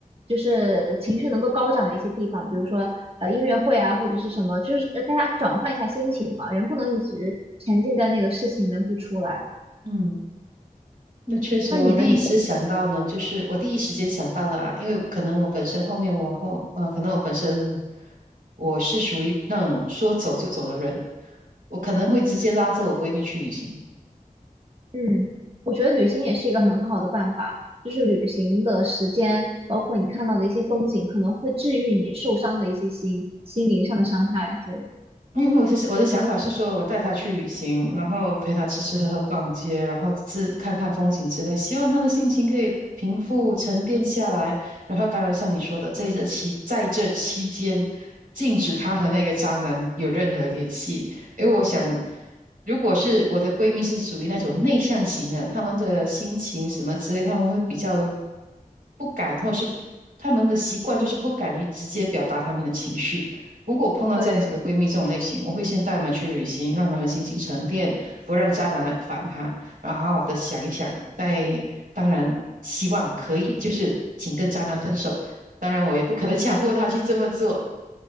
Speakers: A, on the right; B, on the right.
A: 就是情绪能够高涨的一些地方，比如说呃音乐会啊或者是什么，就是呃带他转换一下心情嘛，人不能一直沉浸在那个事情里面不出来。
B: 嗯，那确实，
A: 那你呢？
B: 我第一时想到呢，
A: 你
B: 就是我第一时间想到的啊，因为可能我本身后面我后呃，可能我本身我是属于那种说走就走的人，我可能会直接拉着我闺蜜去旅行。
A: 嗯。嗯，我觉得旅行也是一个很好的办法，就是旅行的时间，包括你看到的一些风景，可能会治愈你受伤的一些心心灵上的伤害。对，
B: 因为我是我的想法是说，我带他去旅行，然后陪他吃吃喝喝、逛街，然后自看看风景之类，希望他的心情可以平复、沉淀下来。然后，当然像你说的，这一这期在这期间，禁止他和那个渣男有任何联系。因为我想，如果是我的闺蜜是属于那种内向型的，她们的心情什么之类，她们会比较不敢，或者是她们的习惯就是不敢于直接表达她们的情绪。如果碰到这样子的闺蜜这种类型，
A: 对，
B: 我会先带她们去旅行，让她们心情沉淀，不让渣男来烦她，然后好好的想一想。再当然，希望可以，就是请跟渣男分手。当然，我也不可能强迫她去这么做，